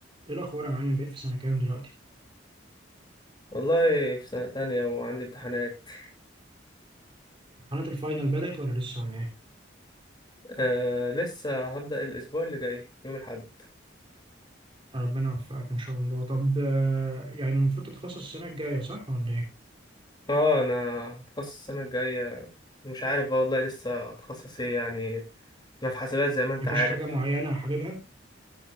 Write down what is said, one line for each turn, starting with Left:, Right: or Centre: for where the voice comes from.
Right: ايه الاخبار يا معلم بقيت في سنه كام دلوقتي
Left: والله في سنة تانية وعندي امتحانات
Right: امتحانات الفاينل بدات ولا لسه ولا ايه
Left: آه لسه هبدأ الأسبوع اللي جاي يوم الأحد
Right: ربنا يوفقك ان شاء الله طب آه، يعني المفروض تتخصص السنه الجايه صح ولا ايه
Left: اه أنا هتخصص السنة الجاية مش عارف بقى والله لسه هتخصص ايه يعني أنا في حاسبات زي ما أنت
Right: مفيش
Left: عارف
Right: حاجه معينه حاببها